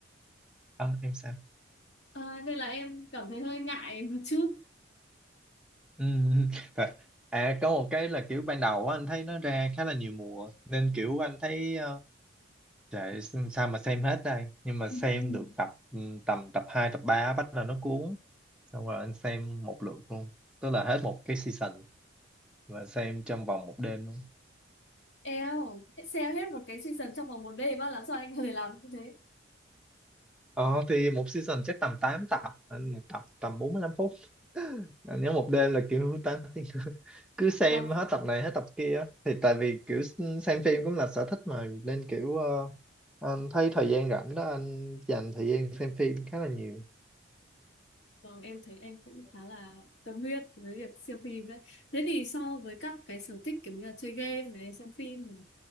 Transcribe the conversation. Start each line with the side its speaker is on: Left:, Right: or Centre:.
Centre: à, em sao
Left: à, nên là em cảm thấy hơi ngại một chút
Centre: ừ. <laughs> thật- à có một cái là kiểu ban đầu á, anh thấy nó ra khá là nhiều mùa nên kiểu anh thấy ờ, Trời, sao mà xem hết đây nhưng mà
Left: <laughs>
Centre: xem được tập ừm, tầm tập 2 tập 3 bắt đầu nó cuốn xong rồi anh xem một lượt luôn tức là hết một cái season và xem trong vòng một đêm luôn
Left: eo xem hết một cái season trong vòng một đêm á làm sao anh có thể làm như thế
Centre: ờ thì một season chắc tầm tám tập anh một tập tầm bốn mươi lăm phút Anh nhớ một đêm là kiểu 8 tiếng <laughs> cứ xem
Left: Wow.
Centre: hết tập này hết tập kia á. thì tại vì kiểu xem phim cũng là sở thích mà nên kiểu ờ, anh thấy thời gian rảnh đó anh dành thời gian xem phim khá là nhiều
Left: Vâng, em thấy anh cũng khá là tâm huyết với việc siêu phim đấy. Thế thì so với các cái sở thích kiểu như là chơi game này, xem phim này,